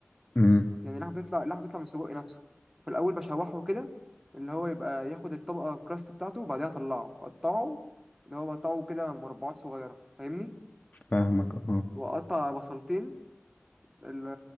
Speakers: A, on the left; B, in the centre.
A: مم،
B: يعني اللحمة بتطلع اللحمة بتطلع من السجق نفسه في الأول بشوحه كده اللي هو يبقى ياخد الطبقة الكراست بتاعته وبعدها أطلعه أقطعه اللي هو بقطعه كده مربعات صغيرة فاهمني
A: فاهمك اه
B: وأقطع بصلتين اللي